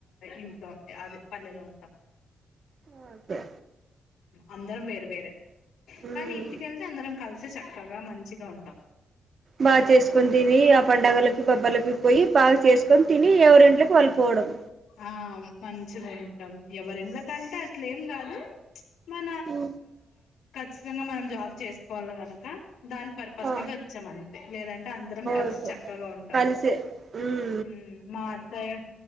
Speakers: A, on the left; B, on the right.
A: ఇంట్లో అది పల్లెలో ఉంటరు
B: ఓకే
A: అందరం వేరు వేరే కానీ
B: మ్
A: ఇంటికెళ్తే అందరం కలిసి చక్కగా మంచిగా ఉంటాం
B: బాగా చేసుకొని తిని ఆ పండుగలకి పబ్బలకి పోయి బాగా చేసుకొని తిని ఎవరింట్లోకి వాళ్ళుపోవడం
A: ఆ మంచిగ ఉంటాం ఎవరిల్లకంటే అట్లేం కాదు మ
B: ఓ
A: ఖచ్చితంగ మనం జాబ్ చేసుకోవాలె గనుక దాని పర్పస్
B: ఆ
A: మీద వచ్చాం అంతే లేదంటే అందరం కలిసి
B: ఓకే
A: చక్కగా ఉంటాం
B: కలిసి మ్మ్
A: ఉ మా అత్తయ్య